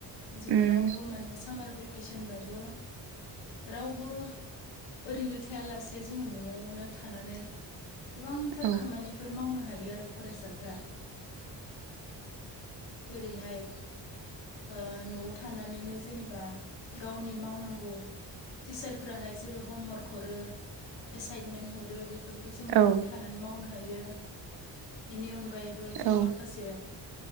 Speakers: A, on the left; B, on the right.
A: जोङो
B: उम
A: रावबो माने सामार बेक सनबाबो रावबो ओरैनो थाया लासे जोङो न' आवनो थानानै गोबांथार
B: औ
A: खामानि फोर मावनो हायो आरो फरायसाफ्रा जेरैहाय ओ न'आव थानानैनो जेनेबा गावनि मावनांगौ टिसारफोराहाय जेरै हमवार्क हरो एसाइनमेन्ट हरो बेफोरखौ जोङो
B: औ
A: न'आव थानानै मावनो हायो बेनि अनगायै बो जों
B: औ
A: माखासे